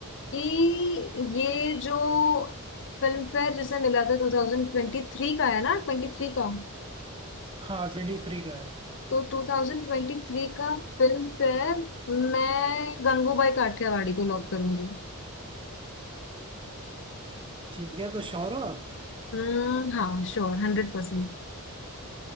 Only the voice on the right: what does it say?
हाँ ट्वेंटी थ्री का है
ठीक है तो श्योर हो आप